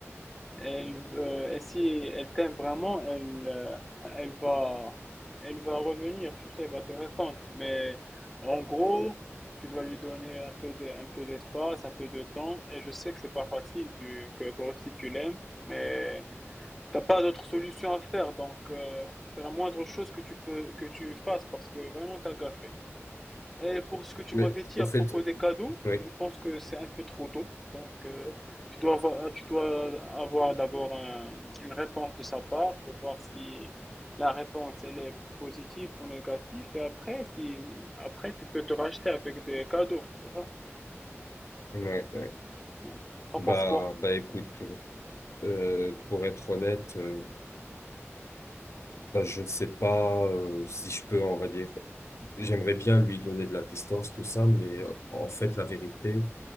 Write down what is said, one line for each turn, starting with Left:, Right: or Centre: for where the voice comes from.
Centre: Elle, euh, et si elle t'aime vraiment, elle, euh, elle va, elle va revenir, tu sais, elle va te répondre. Mais en gros, tu dois lui donner un peu de, un peu d'espace, un peu de temps. Et je sais que c'est pas facile vu que toi aussi tu l'aimes, mais t'as pas d'autre solution à faire. Donc, euh, c'est la moindre chose que tu peux, que tu fasses parce que vraiment t'as gaffé. Et pour ce que tu
Left: Mais
Centre: m'avais dit
Left: en
Centre: à
Left: fait,
Centre: propos des cadeaux,
Left: oui,
Centre: je pense que c'est un peu trop tôt. Donc, euh, tu dois avoir, tu dois avoir d'abord un- une réponse de sa part pour voir si la réponse elle est positive ou négative. Et après, si après tu peux te racheter avec des cadeaux, c'est ça?
Left: oui, oui.
Centre: Hmm. T'en
Left: Bah,
Centre: penses quoi?
Left: bah, écoute, euh, pour être honnête, euh, ben, je ne sais pas euh, si je peux, on va dire. J'aimerais bien lui donner de la distance, tout ça, mais euh, en fait, la vérité,